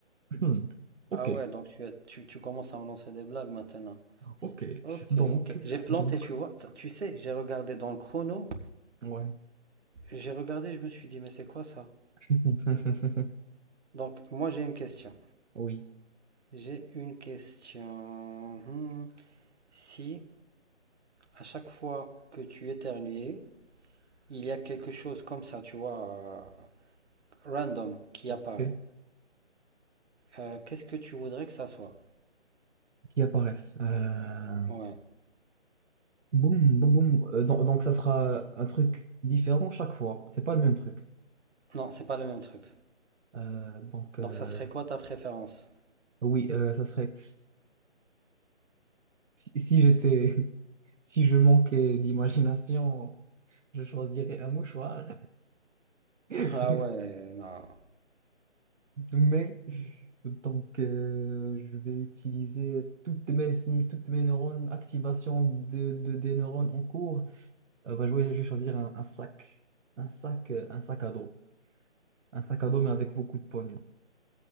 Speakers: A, on the right (about 80°); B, on the right (about 65°).
A: Hmm. Ok,
B: Ah ouais, donc tu, as- tu, tu commences à me lancer des blagues maintenant.
A: ok.
B: Ok,
A: Donc
B: ok. J'ai planté,
A: donc
B: tu vois. T'as- Tu sais, j'ai regardé dans le chrono.
A: ouais.
B: J'ai regardé, je me suis dit, mais c'est quoi ça?
A: <laughs>
B: Donc, moi, j'ai une question.
A: Oui.
B: J'ai une question. Hmm. Si à chaque fois que tu éternues, il y a quelque chose comme ça, tu vois, euh, random qui apparaît,
A: Ok.
B: euh, qu'est-ce que tu voudrais que ça soit?
A: Qui apparaissent. Euh,
B: Ouais.
A: Boum boum boum. Euh, donc, donc ça sera un truc différent chaque fois. C'est pas le même truc.
B: Non, c'est pas le même truc.
A: Euh, donc
B: Donc,
A: euh,
B: ça serait quoi ta préférence?
A: oui, euh, ça serait si, si j'étais <laughs> Si je manquais d'imagination, je choisirais un mouchoir. <laughs>
B: <laughs> Ah ouais, non.
A: Mais donc, euh, je vais utiliser toutes mes, toutes mes neurones, activation de, de- des neurones en cours. Euh, bah, je vais, je vais choisir un, un sac, un sac, euh, un sac à dos, un sac à dos mais avec beaucoup de pognon.